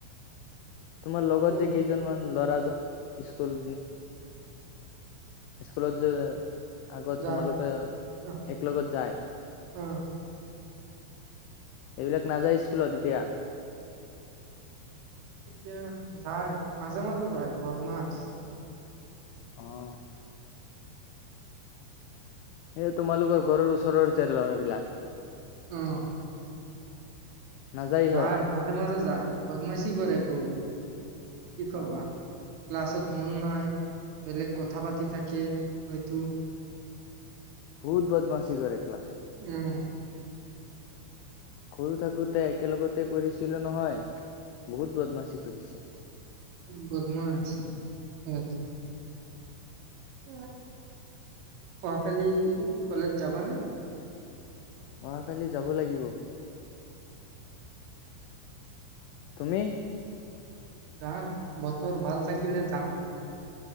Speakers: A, on the left (about 90°); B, on the right (about 75°).
A: তোমাৰ লগত
B: কোন
A: যে, কেইজনমান ল'ৰাজন ইস্কুল ইস্কুলত যে আগত
B: যায়
A: তোমালোকে
B: অ
A: এক লগত যায়। সেইবিলাক
B: অ
A: নাযায় স্কুলত এতিয়া?
B: কেতিয়া যায় মাজে, মাজে যায় বদমাছ।
A: অহ! সেই তোমালোকৰ ঘৰৰ ওচৰৰ যে ল'ৰা বিলাক।।
B: উম,
A: নাযায় ইহঁত
B: যায় মাজে মাজে যায়। বদমাচী কৰে গৈ। কি কবা।
A: অ
B: ক্লাছত মন নাই, বেলেগ কথা পাতি থাকে সেই টো।
A: বহুত বদ মচী কৰে ক্লাছত।
B: উম,
A: সৰু থাকোতে একেলগতে পঢ়িছিলো নহয়।। বহুত বদমাচী কৰে। কৰিছে।
B: বদমচ সিহঁতে। কোৱা অহাকালি কলেজ যাবানে?
A: অহাকালি যাব লাগিব। তুমি?
B: যাম, বতৰ ভাল থাকিলে যাম।